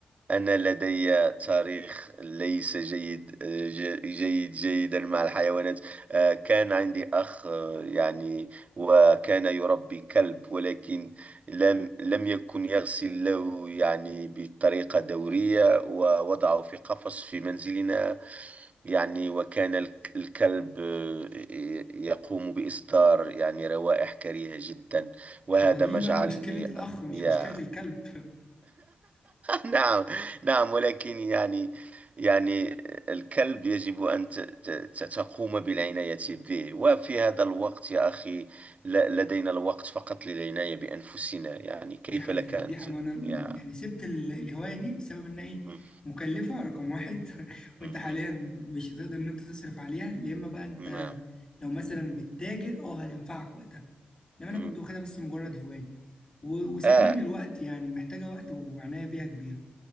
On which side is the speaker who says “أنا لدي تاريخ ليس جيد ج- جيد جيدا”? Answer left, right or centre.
Right